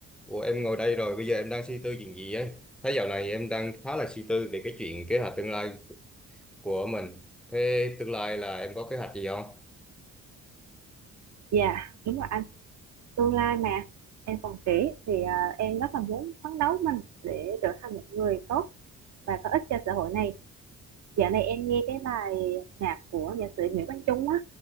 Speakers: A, in the centre; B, on the right.
A: Ủa em ngồi đây rồi, bây giờ em đang suy tư chuyện gì ấy? Thấy dạo này em đang khá là suy tư về cái chuyện kế hoạch tương lai của mình. Thế tương lai là em có kế hoạch gì không?
B: Dạ, đúng rồi anh. Tương lai mà em còn trẻ thì à, em rất là muốn phấn đấu mình để trở thành một người tốt và có ích cho xã hội này. Dạo này em nghe cái bài nhạc của nhạc sĩ Nguyễn Quang Trung á,